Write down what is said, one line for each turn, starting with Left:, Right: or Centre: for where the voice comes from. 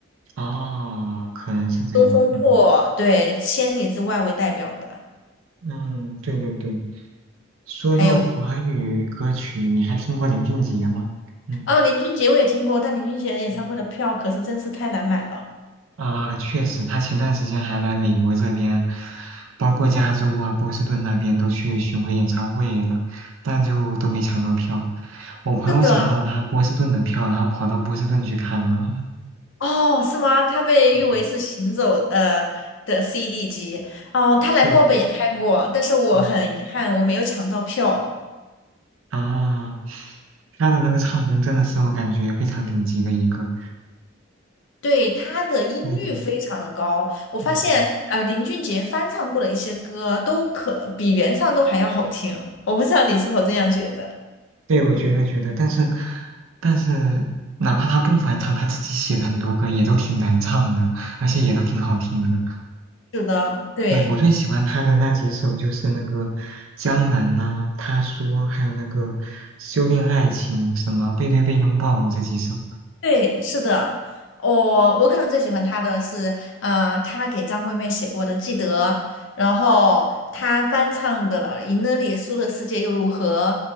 Right: 哦，可能是这样。
Left: 《东风破》对《千里之外》为代表的，
Right: 嗯嗯，对对对。说到华语歌曲，
Left: 还有
Right: 你还听过林俊杰吗？嗯
Left: 哦，林俊杰我也听过，但林俊杰演唱会的票可是真是太难买了。
Right: 嗯啊，确实，他前段时间还来美国这边，包括加州啊、波士顿那边都去巡回演唱会了，但就都没抢到票。我朋友抢到了他波士顿的票，
Left: 是的，
Right: 然后跑到波士顿去看了。
Left: 哦，是吗？他被誉为是行走的的
Right: <laughs> 嗯，
Left: CD 机。哦，他来墨尔本也开过，
Right: 对，
Left: 但是我很遗憾，
Right: 嗯
Left: 我没有抢到票。
Right: 啊，他的那个唱功真的是我感觉非常顶级的一个。
Left: 对，他的音域非常的高，
Right: 对，
Left: 我发现呃林俊杰翻唱过的一些歌都可比原唱都还要好听。
Right: 嗯。
Left: 我不知道你是否这样觉得？
Right: 对，我觉得觉得，但是但是，哪怕他不返场，他自己写的很多歌也都挺难唱的，而且也都挺好听的。
Left: 是的，对。
Right: 对，我最喜欢他的那几首就是那个《江南》呐，《他说》，还有那个《修炼爱情》，什么《背对背拥抱》这几首。
Left: 对，是的，我我可能最喜欢他的是，嗯呃，他给张惠妹写过的《记得》，然后他翻唱的《赢了你输的世界又如何》，